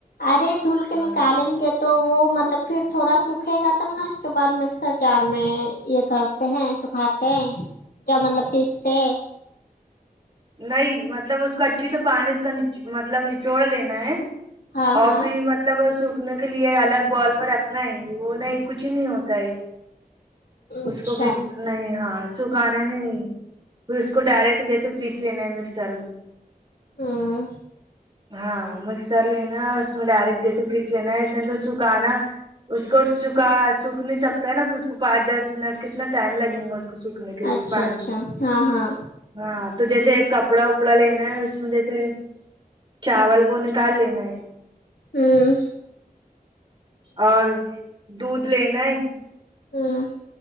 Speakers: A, on the left; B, on the right.
A: ارے دھل کے
B: ہاں
A: نکالیں گے تو تو وہ مطلب پھر تھوڑا سوکھے گا تب نا اس کے بعد مکسر جار میں یہ کرتے ہیں سکھاتے ہاں جا مطلب پیستے ہیں
B: نہیں مطلب اس کو اچھیے سے پانی اس کا مطلب نچوڑ لینا ہے
A: ہاں
B: اورفی
A: ہاں
B: ما مطلب سوکھنے کے لیے الگ باؤل میں رکھنا ہے وہ نہیں کچھ نہیں ہوتا ہے
A: اچھا
B: اس کو بھی نہیں ہاں سکھانے نہیں پھر اس کو ڈائریکٹ جیسے پیس لینا ہے مکسر میں
A: ہاں
B: ہاں مکسر لینا اس میں ڈائریکٹ جیسے کریچ لینا اتنے تو سکھانا اس کو سکھا سکھ نہیں سکتا ہے نا پھر اس کو پانچ دس منٹ کتنا ٹائم لگیں گا اس اس کو سوکھنے کے لیے
A: اچھا
B: پانی
A: اچھا ہاں ہاں
B: ہاں تو جیسے ایک کپڑا اپڑا لینا ہے اس میں جیسے چاول کو نکال لینا ہے
A: ہوں
B: اور دودھ لینا ہے
A: ہمم